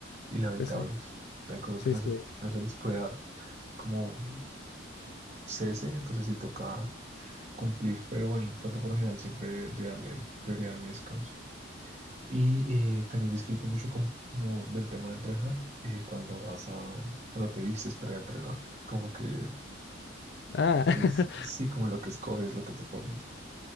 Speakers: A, on the right; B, on the left.
A: inevitables,
B: Pues ahí.
A: o sea, hay cosas
B: Sí,
A: que no
B: sí.
A: se, que no se les puede dar como cese, entonces sí toca cumplir, pero bueno, trato por lo general siempre de, de darle prioridad a mi descanso. Y eh, también disfruto mucho como, como del tema de entrenar, eh, cuando vas a, cuando te vistes para ir a entrenar, como que
B: Ah.
A: es,
B: <laughs>
A: sí, como lo que escoges, lo que te pones.